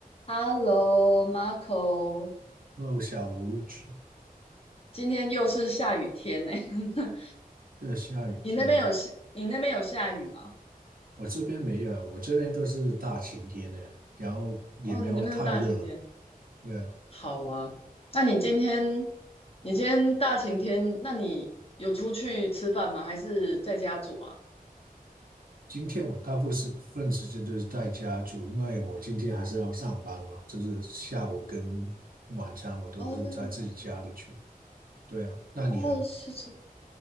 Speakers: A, on the left; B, on the right.
A: Hello, Marco，
B: Hello，小卢，这
A: 今天又是下雨天呢、<laughs>
B: 下雨天，
A: 你那边有下，你那边有下雨吗？
B: 我这边没有，我这边都是大晴天的，然后也没有太热。
A: 哦，你那边是大晴天。
B: 对啊，
A: 好啊，那你今天，你今天大晴天，那你有出去吃饭吗？还是在家煮啊？
B: 今天我大部分时间都是在家住，因为我今天还是要上班嘛，就是下午跟晚餐我都是在自己家里煮，
A: 哦
B: 对啊，那你呢？
A: 哦，是，吃。